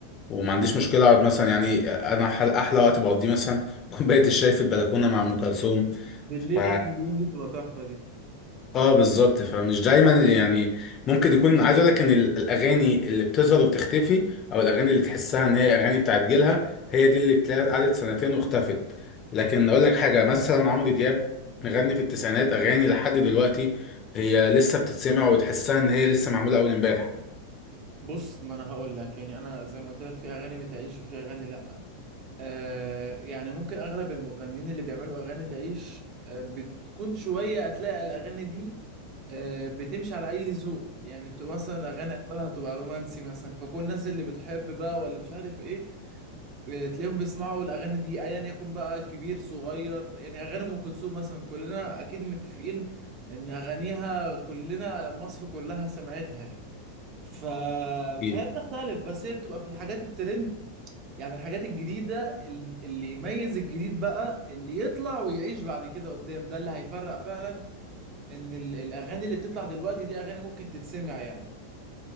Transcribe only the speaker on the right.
بالليل
اخر اليوم دي تبقى تحفه دي
بص ما انا هقول لك يعني انا زي ما قلت لك في اغاني بتعيش وفي اغاني لا آه يعني ممكن اغلب المغنيين اللي بيعملوا اغاني تعيش آه بتكون شويه هتلاقي الاغاني دي آه بتمشي على اي ذوق يعني تبقى مثلا اغاني اغلبها تبقى رومانسي مثلا فكل الناس اللي بتحب بقى ولا مش عارف ايه آه تلاقيهم بيسمعوا الاغاني دي ايا يكن بقى كبير صغير يعني اغاني ام كلثوم مثلا كلنا اكيد متفقين ان اغانيها كلنا مصر كلها سمعتها يعني ف...
فهي بتختلف بس هي بتبقى في الحاجات الترند يعني الحاجات الجديدة ال- اللي يميز الجديد بقى اللي يطلع ويعيش بعد كده قدام ده اللي هيفرق فعلا ان ال- الاغاني اللي بتطلع دلوقتي دي اغاني ممكن تتسمع يعني